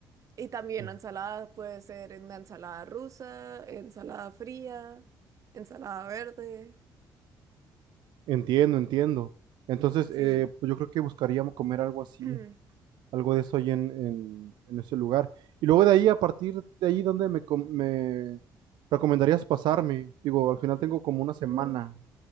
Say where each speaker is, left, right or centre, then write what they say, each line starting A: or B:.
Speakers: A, on the right; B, on the right.
A: Y también
B: Oh.
A: la ensalada puede ser en la ensalada rusa, ensalada fría, ensalada verde.
B: Entiendo, entiendo. Entonces,
A: Sí.
B: eh, pues yo creo que buscaríamos comer algo así,
A: <clears throat>
B: algo de eso ahí en, en, en ese lugar. Y luego de ahí, a partir de ahí, ¿dónde me, com- me recomendarías pasarme? Digo, al final tengo como una semana.
A: Mm,